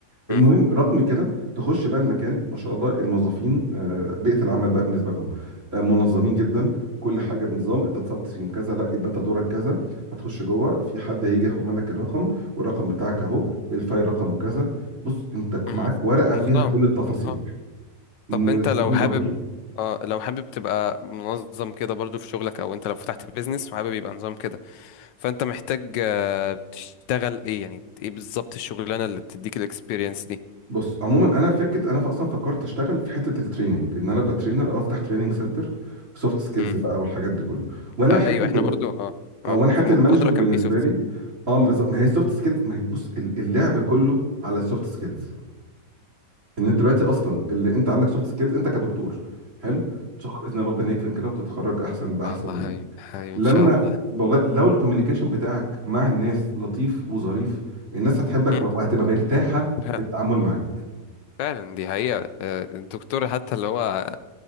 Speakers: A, on the right (about 45°); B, on the left (about 80°).
A: المهم
B: مم.
A: رغم كده تخش بقى المكان ما شاء الله الموظفين آه، بيئه العمل بقى بالنسبه لهم آه، منظمين جدا كل حاجه بنظام انت اتصلت يوم كذا لا يبقى انت دورك كذا هتخش جوه في حد هيجي ياخد منك الرقم والرقم بتاعك اهو الفايل رقمه كذا بص انت
B: مم.
A: معاك ورقه
B: نظام
A: فيها كل التفاصيل
B: نظام
A: نظام
B: طب انت لو حابب
A: رهيب
B: اه لو حابب تبقى منظم كده برضو في شغلك او انت لو فتحت بيزنس وحابب يبقى نظام كده فانت محتاج آه، تشتغل ايه يعني ايه بالظبط الشغلانه اللي بتديك الاكسبيرينس دي
A: بص عموما انا فكرت انا اصلا فكرت اشتغل في حته التريننج ان انا ابقى ترينر او افتح تريننج سنتر سوفت سكيلز
B: مم.
A: بقى والحاجات دي كله وانا
B: آه،
A: حته
B: ايوه احنا
A: ال...
B: برضو اه
A: اه
B: اه
A: وانا حته
B: في المبادره
A: المانجمنت
B: كان
A: بالنسبه
B: في سوفت
A: لي
B: سكيلز
A: اه بالظبط ما هي السوفت سكيلز ما هي بص ال- اللعب كله على السوفت سكيلز ان انت دلوقتي اصلا اللي انت عندك سوفت سكيلز انت كدكتور حلو ان شاء الله باذن الله ربنا يكرم كده وتتخرج احسن باحسن
B: الله حبيبي حبيبي
A: لما
B: ان شاء الله
A: والله لو الكوميونيكيشن بتاعك مع الناس لطيف وظريف الناس هتحبك
B: مم.
A: وهتبقى مرتاحه
B: ف-
A: في التعامل معاك
B: فعلا دي حقيقه آه، الدكتور حتى اللي هو